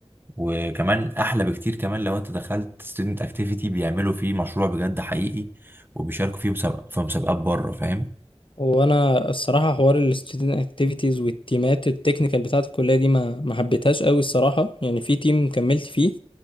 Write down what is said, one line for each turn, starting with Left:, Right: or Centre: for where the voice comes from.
Right: وكمان احلى بكتير كمان لو انت دخلت ستودنت اكتيفيتي بيعملوا فيه مشروع بجد حقيقي وبيشاركوا فيه مسابقة في مسابقات بره فاهم
Left: وانا الصراحه حوار الستودنت اكتيفيتيز والتيمات التكنيكال بتاعه الكليه دي ما ما حبيتهاش قوي الصراحه يعني في تيم كملت فيه